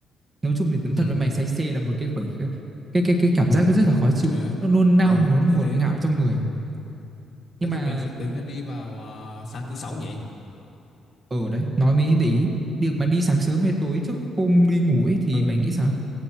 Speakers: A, on the right (about 30°); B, on the left (about 45°).
A: nói chung thì đúng thật
B: ừ
A: với mày say xe là một cái khoảnh khắc, cái cái cái cảm giác nó rất là khó chịu
B: đấy
A: nó nôn nao
B: ờ
A: nó ngột
B: thế thế
A: ngạo trong người nhưng
B: thế
A: mà
B: thì mình sẽ tính là đi vào à, sáng thứ sáu nhỉ
A: ở đấy nói mới để ý việc mà đi sáng sớm hay tối trước hôm đi ngủ ấy thì
B: ừ
A: mày nghĩ sao